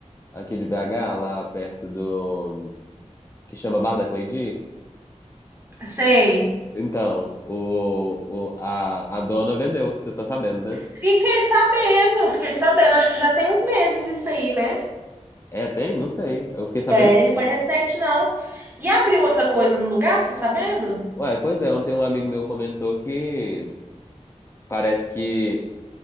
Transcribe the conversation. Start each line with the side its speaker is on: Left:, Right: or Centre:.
Left: aqui de BH, lá perto do, que chama Bar da Cleidi?
Right: Sei.
Left: Então, o, o, a, a dona vendeu, você tá sabendo, né?
Right: Fiquei sabendo, fiquei sabendo. Acho que já tem uns meses isso aí, né?
Left: É, tem? Não sei. Eu fiquei sabendo
Right: É, ele
Left: ontem.
Right: foi recente, não. E abriu outra coisa no lugar, você tá sabendo?
Left: Ué, pois é, ontem um amigo meu comentou que parece que,